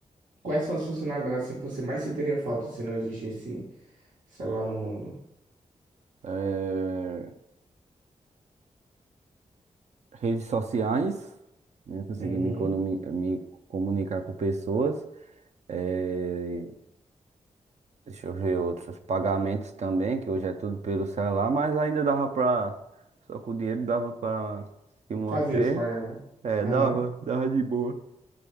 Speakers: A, on the right; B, on the right.
A: Quais são as funcionalidades assim, que você mais sentiria falta se não existisse celular no mundo?
B: É, Redes sociais, né? Consegui
A: Uhum.
B: me, economi- me comunicar com pessoas. É, Deixa eu ver outros. Pagamentos também, que hoje é tudo pelo celular, mas ainda dava pra. Só com o dinheiro dava pra se manter.
A: Fazia os pagamentos.
B: É,
A: Uhum.
B: dava, dava de boa.